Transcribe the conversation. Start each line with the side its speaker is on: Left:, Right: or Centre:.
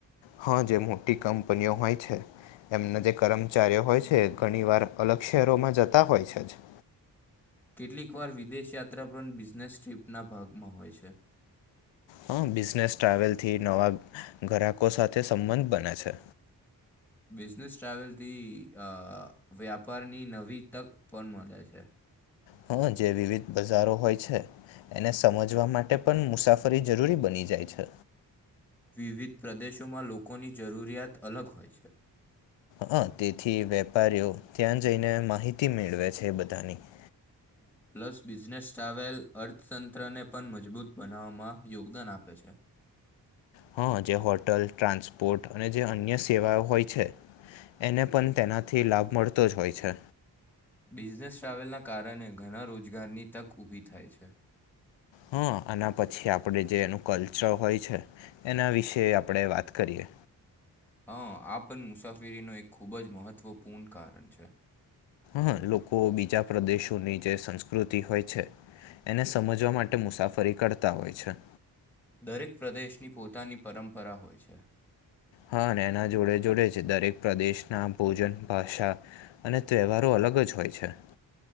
Left: હા જે મોટી કંપનીઓ હોય છે. એમના જે કર્મચારીઓ હોય છે, ઘણી વાર અલગ શહેરોમાં જતા હોય છે જ.
Centre: કેટલીક વાર વિદેશ યાત્રા પણ બિઝનેસ ટ્રીપના ભાગમાં હોય છે.
Left: હા બિઝનેસ ટ્રાવેલથી નવા ગ્રાહકો સાથે સંબંધ બને છે.
Centre: બિઝનેસ ટ્રાવેલથી અ વ્યાપારની નવી તક પણ મલે છે.
Left: હા જે વિવિધ બજારો હોય છે. એને સમજવા માટે પણ મુસાફરી જરૂરી બની જાય છે.
Centre: વિવિધ પ્રદેશોમાં લોકોની જરૂરિયાત અલગ હોય છે.
Left: હ તેથી વેપારીઓ ત્યાં જઈને માહિતી મેળવે છે બધાની. <inaudible>
Centre: પ્લસ બિઝનેસ ટ્રાવેલ અર્થતંત્રને પણ મજબૂત બનાવવામાં યોગદાન આપે છે.
Left: હા જે હોટલ, ટ્રાન્સપોર્ટ અને જે અન્ય સેવાઓ હોય છે... એને પણ તેનાથી લાભ મળતો જ હોય છે.
Centre: બિઝનેસ ટ્રાવેલના કારણે ઘણા રોજગારની તક ઉભી થાય છે.
Left: હા એના પછી આપડ જે એનું કલ્ચર હોય છે... એના વિશે આપણે વાત કરીએ.
Centre: હા આ પણ મુસાફરીનું એક ખૂબ જ મહત્વપૂર્ણ કારણ છે.
Left: હા લોકો બીજા પ્રદેશોની જે સંસ્કૃતિ હોય છે... એને સમજવા માટે મુસાફરી કરતા હોય છે.
Centre: દરેક પ્રદેશની પોતાની પરંપરા હોય છે.
Left: હા એના જોડે જોડે જ દરેક પ્રદેશના ભોજન, ભાષા... અને તહેવારો અલગ જ હોય છે.